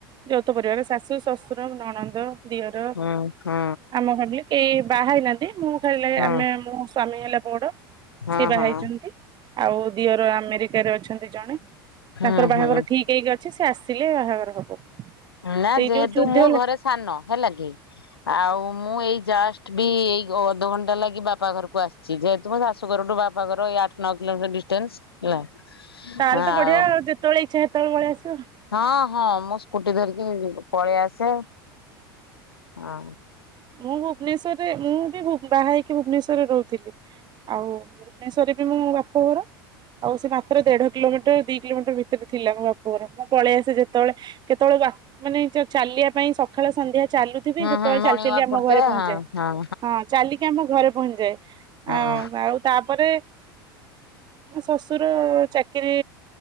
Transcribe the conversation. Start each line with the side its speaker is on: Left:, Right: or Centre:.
Right: ଯୌଥ ପରିବାର ଶାଶୁ, ଶଶୁର, ନଣନ୍ଦ, ଦିଅର
Left: ହୁଁ ହୁଁ
Right: ଆମ ଫ୍ୟାମିଲୀ। କେହି ବାହା ହେଇନାହାନ୍ତି ମୁଁ
Left: ହୁଁ
Right: ଆମେ ମୋ ସ୍ଵାମୀ ହେଲା ବଡ
Left: ହଁ
Right: ସିଏ ବାହା
Left: ହଁ
Right: ହେଇଛନ୍ତି ଆଉ ଦିଅର ଆ ଆମେରିକାରେ ଅଛନ୍ତି ଜଣେ
Left: ହୁଁ
Right: ତାଙ୍କର ବାହାଘର
Left: ହୁଁ।
Right: ଠିକ୍ ହେଇକି ଅଛି ସେ ଆସିଲେ ବାହାଘର ହବ।
Left: ନା
Right: ସେଇ
Left: ଯେହେତୁ
Right: ଯୋଉ ଯୁଦ୍ଧ
Left: ମୁଁ
Right: ଲ
Left: ଘରେ ସାନ ହେଲା କି ଆଉ ମୁଁ ଏଇ ଜଷ୍ଟ ବି ଏଇ ଅଧଘଣ୍ଟା ଲାଗି ବାପା ଘରକୁ ଆସିି ସି ଯେହେତୁ ମୋ ଶଶୁଘରଠୁ ବାପାଘର ଏଇ ଆଠ ନଅ କିଲୋମିଟର ଡିଷ୍ଟାନ୍ସ। ହେଲା
Right: ତାହେଲେ
Left: ହଁ
Right: ତ
Left: ଆଉ
Right: ବଢିଆ ଯେତେବେଳେ ଇଚ୍ଛା ସେତେବେଳେ ପଳେଇ ଆସିବ।
Left: ହଁ-ହଁ ମୁଁ ସ୍କୁଟି ଧରିକି ପଳେଇ ଆସେ ହଁ।
Right: ମୁଁ ଭୁବନେଶ୍ୱରରେ ମୁଁ ବି ବାହା ହେଇକି ଭୁବନେଶ୍ୱରରେ ରହୁଥିଲି। ଆଉ ଭୁବନେଶ୍ୱରରେ ବି ମୁଁ ମୋ ବାପ ଘର। ଆଉ ସେ ମାତ୍ର ଦେଢ କିଲୋମିଟର ଦି କିଲୋମିଟର ଭିତରେ ଥିଲା ମୋ ବାପଘର ମୁଁ ପଳେଇ ଆସେ ଯେତେବଳେ କେତେବେଳେ ବା ମାନେ ଚାଲିବା ପାଇଁ ସକାଳେ ସନ୍ଧ୍ୟା ଚାଲୁଥିବି
Left: ହୁଁ
Right: ସେତେବେଳେ
Left: ହୁଁ ମର୍ଣ୍ଣିଂ
Right: ଚାଲି ଚାଲି
Left: ୱାକ୍
Right: ଆମ
Left: କରୁଥିବେ
Right: ଘରେ ପହଞ୍ଚିଯାଏ
Left: ହଁ
Right: ହଁ ଚାଲିକି ଆମ ଘରେ ପହଞ୍ଚିଯାଏ।
Left: ହଁ।
Right: ଆଉ ଆଉ ତାପରେ, ଶଶୁର ଚା କିରି